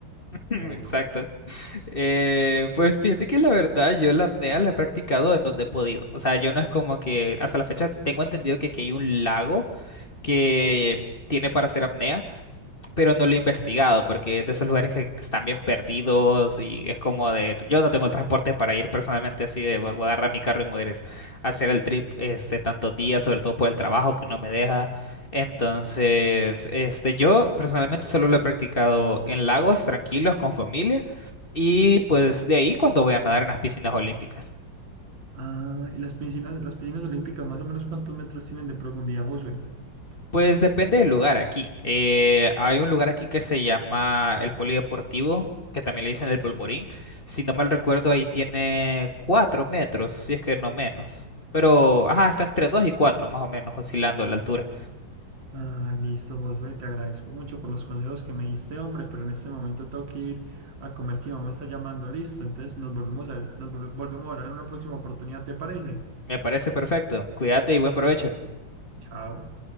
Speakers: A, on the left (about 30°); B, on the right (about 75°).
A: <laughs> Exacto.
B: O no.
A: Eh, pues fíjate que la verdad yo la apnea la he practicado en donde he podido. O sea, yo no es como que hasta la fecha tengo entendido que aquí hay un lago que tiene para hacer apnea. pero no lo he investigado
B: Sí.
A: porque es de esos lugares que están bien perdidos y es como de, yo no tengo el transporte para ir personalmente así de, voy a agarrar mi carro y me voy a ir a hacer el trip este tantos días, sobre todo por el trabajo que no me deja. Entonces, este, yo personalmente solo lo he practicado en lagos tranquilos con familia y pues de ahí cuando voy a nadar en las piscinas olímpicas.
B: Ah, ¿y las piscinas, las piscinas olímpicas más o menos cuántos metros tienen de profundidad, José?
A: Pues depende del lugar aquí. Eh, hay un lugar aquí que se llama el Polideportivo, que también le dicen el Polvorín. Si no mal recuerdo, ahí tiene cuatro metros, si es que no menos. Pero, ajá, está entre dos y cuatro, más o menos, oscilando la altura.
B: Ah, listo, Josué, te agradezco mucho por los consejos que me diste, hombre, pero en este momento tengo que ir a comer que mi mamá me está llamando, listo. Entonces nos volvemos a, nos volve- volvemos a hablar en una próxima oportunidad, ¿te parece?
A: Me parece perfecto. Cuídate y buen provecho.
B: Chao.